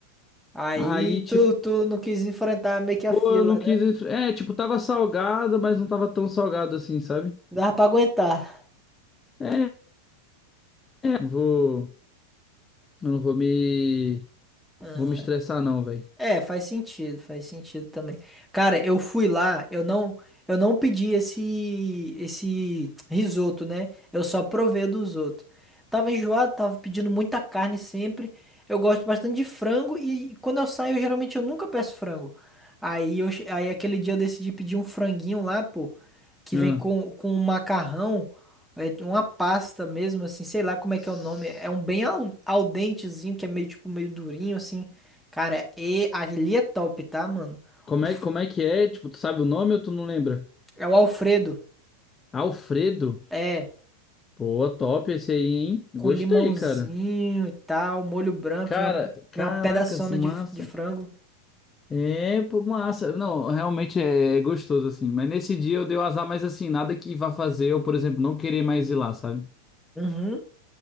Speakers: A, in the centre; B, on the left.
A: Aí
B: Aí, tipo,
A: tu, tu não quis enfrentar meio que a
B: pô,
A: fila,
B: eu não quis.
A: né?
B: É, tipo, tava salgado, mas não tava tão salgado assim, sabe?
A: Dava pra aguentar.
B: É, não vou. Eu não vou me.
A: Ah,
B: Vou me estressar não, velho.
A: É, faz sentido, faz sentido também. Cara, eu fui lá, eu não, eu não pedi esse, esse risoto, né? Eu só provei o dos outros. Tava enjoado, tava pedindo muita carne sempre. Eu gosto bastante de frango e quando eu saio, geralmente eu nunca peço frango. Aí, eu, che- aí aquele dia eu decidi pedir um franguinho lá, pô, que
B: Ah,
A: vem com, com um macarrão, é, uma pasta mesmo, assim, sei lá como é
B: tss.
A: que é o nome. É um bem al, al dentezinho, que é meio tipo meio durinho, assim. Cara, é, e ali é top, tá, mano?
B: como
A: O
B: é,
A: f-
B: como é que é? Tipo, tu sabe o nome ou tu não lembra?
A: É o Alfredo.
B: Alfredo?
A: É,
B: Pô, top esse aí, hein? Gostei,
A: com limãozinho
B: cara.
A: e tal, molho branco,
B: Cara,
A: vem uma,
B: caracas,
A: vem uma pedaçona
B: massa.
A: de, de frango.
B: É, pô, massa. Não, realmente é, é gostoso, assim. Mas nesse dia eu dei o azar, mas assim, nada que vá fazer eu, por exemplo, não querer mais ir lá, sabe?
A: Uhum.